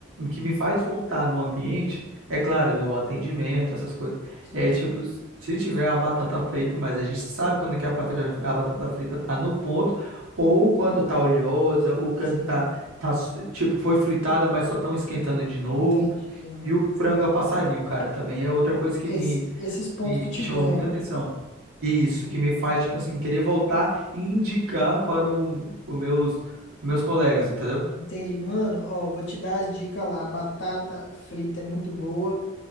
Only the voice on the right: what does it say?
que me faz voltar no ambiente, é claro, do atendimento, essas coisas.
É tipo, se tiver a batata frita, mas a gente sabe quando é que a batata, a batata frita tá no ponto, ou quando tá oleosa, ou quando
tá, tá tipo, foi fritada, mas só estão esquentando de novo.
E o frango a passarinho, cara, também é outra coisa que
me
que,
que
chama
muita atenção. Isso, que me faz, tipo assim, querer voltar e indicar para o, os meus, meus colegas, entendeu?